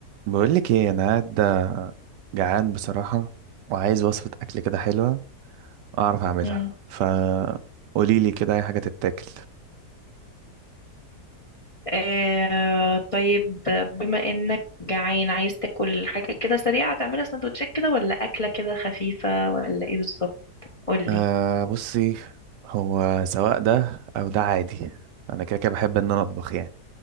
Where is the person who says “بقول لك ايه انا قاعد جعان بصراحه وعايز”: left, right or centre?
Right